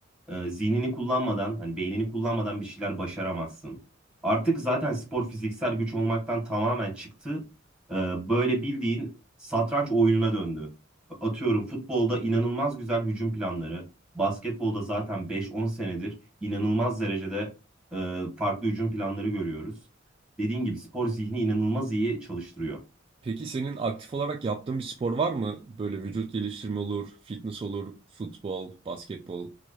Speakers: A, in the centre; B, on the right.
A: E, zihnini kullanmadan, hani beynini kullanmadan bir şeyler başaramazsın. Artık zaten spor fiziksel güç olmaktan tamamen çıktı. E, böyle bildiğin satranç oyununa döndü. Atıyorum futbolda inanılmaz güzel hücum planları, basketbolda zaten 5-10 senedir inanılmaz derecede e, farklı hücum planları görüyoruz. Dediğin gibi spor zihni inanılmaz iyi çalıştırıyor.
B: Peki senin aktif olarak yaptığın bir spor var mı? Böyle vücut geliştirme olur, fitness olur, futbol, basketbol